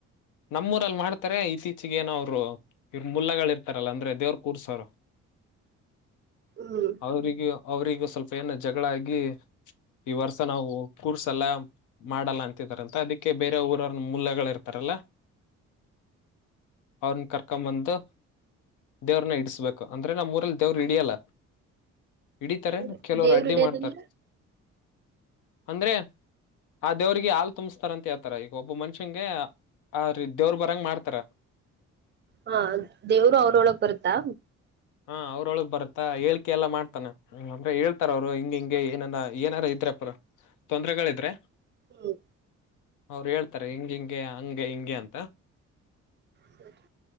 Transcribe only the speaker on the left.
ನಮ್ಮೂರಲ್ಲಿ ಮಾಡ್ತಾರೆ ಇತ್ತೀಚಿಗೆ ಏನೋ ಅವರು ಇ ಮುಲ್ಲಗಳ ಇರ್ತಾರಲ್ಲ ಅಂದ್ರೆ ದೇವ್ರ ಕೂರ್ಸೋರು
ಅವ್ರಗ ಅವ್ರಗ ಸ್ವಲ್ಪ ಏನ ಜಗಳಾಗಿ ಈ ವರ್ಷ ನಾವು ಕೂರ್ಸಲ್ಲ ಮಾಡಲ್ಲ ಅಂತಿದಿದ್ದಾರೆ ಅಂತ ಅದಕ್ಕೆ ಅದಕೆ ಬೇರೆ ಊರರ ಮೂಲಗಳ ಇರ್ತಾರಲ್ಲಾ ಅವ್ರನ್ನ ಕರ್ಕೊಂಬಂದು ದೇವ್ರನ್ನ ಇಡಸ್ಬೇಕು ಅಂದ್ರೆ ನಮ್ಮ್ ಊರಲ್ಲಿ ದೇವ್ರು ಹಿಡಿಯಲ್ಲ ಹಿಡಿತಾರೆ
ಕೆಲವರು
ಅಡ್ಡಿ
ಮಾಡ್ತಾರ ಅಂದ್ರೆ ಆ ದೇವ್ರರಿಗೆ ಹಾಲು ತುಂಬಸ್ತಾರಂತೆ ಹತಾರ ಈಗ ಒಬ್ಬ ಮನುಷ್ಯಂಗೆ ಆ್ರ ದೇವ್ರ ಬರಂಗ ಮಾಡ್ತಾರ
ಹಾ ಅವ್ರೊಳಗ್ ಬರ್ತಾ ಹೇಳ್ಕೆ ಎಲ್ಲಾ ಮಾಡ್ತಾನ ಅಂದ್ರೆ ಹೇಳ್ತಾರ ಅವ್ರು ಹಿಂಗ ಹಿಂಗೆ ಏನ ಏನಾರ ಇದ್ರಪ್ಪರ ತೊಂದ್ರೆಗಳಿದ್ರೆ
ಅವರು ಹೇಳ್ತಾರೆ ಹಿಂಗ ಹಿಂಗೆ ಹಂಗೆ ಹಿಂಗೆ ಅಂತ